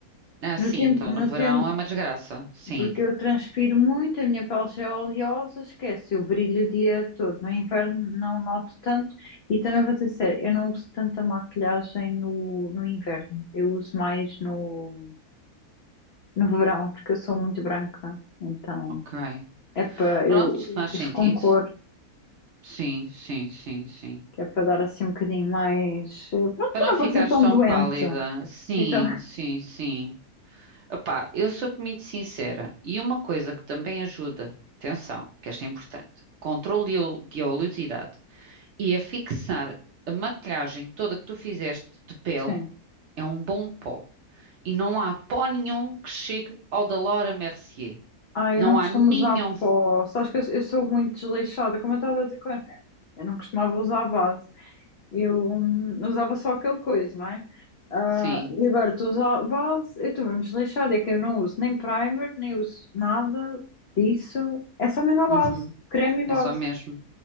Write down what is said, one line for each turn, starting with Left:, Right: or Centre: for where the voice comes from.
Right: Ah,
Left: No
Right: sim,
Left: tempo,
Right: então
Left: no
Right: no verão
Left: tempo,
Right: é uma desgraça. Sim,
Left: porque eu transpiro muito, a minha pele já é oleosa, esquece, eu brilho o dia todo. No inverno não noto tanto e também vou dizer, sério, eu não uso tanta maquilhagem no, no inverno, eu uso mais no, no verão, porque eu sou muito branca, então
Right: ok.
Left: é para
Right: Pronto,
Left: eu
Right: faz sentido.
Left: uso com cor,
Right: Sim, sim, sim, sim.
Left: que é para dar assim um bocadinho mais, eh, pronto,
Right: Para
Left: para
Right: não
Left: não
Right: ficares
Left: parecer tão
Right: tão
Left: doente.
Right: pálida. Sim,
Left: Sim, então, <laughs>
Right: sim, sim. Opá, eu sou-te muito sincera. E uma coisa que também ajuda, atenção, que esta é importante, controle de ol- de oleosidade. E a fixar a maquilhagem toda que tu fizeste de pele
Left: sim.
Right: é um bom pó. E não há pó nenhum que chegue ao da Laura Mercier.
Left: Ah, eu
Right: Não
Left: não costumo
Right: há nenhum.
Left: usar pó. Sabes que eu, eu sou muito desleixada, como eu estava a dizer, com- eu não costumava usar base. Eu hum, usava só aquele coisa, não é? Ah,
Right: Sim.
Left: e agora estou a usar base, eu estou mesmo desleixada, é que eu não uso nem primer, nem uso nada disso. É só mesmo a base,
Right: Uhum.
Left: creme e base,
Right: É só mesmo.